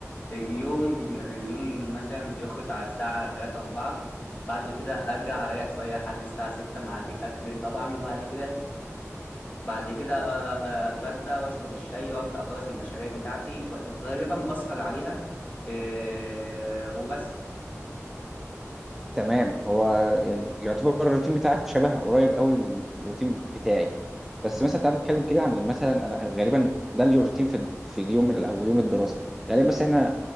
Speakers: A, on the left (about 35°); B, in the centre.
A: اليوم اليوم مثلا بيخلص على الساعة تلاتة أربعة بعد كده أرجع أريح شوية لحد الساعة ستة مع الأكل طبعا وبعد كده بعد كده آه، اتغدى واشرب الشاي وابدا اخلص المشاريع بتاعتي ب- غالبا بسهر عليها إيه، وبس
B: تمام هو يعني يعتبر الروتين بتاعك شبه قريب قوي من الروتين بتاعي بس مثلا تعال نتكلم كده عن مثلا انا غالبا ده اليوم روتين في في اليوم ال- او يوم الدراسه غالبا بس احنا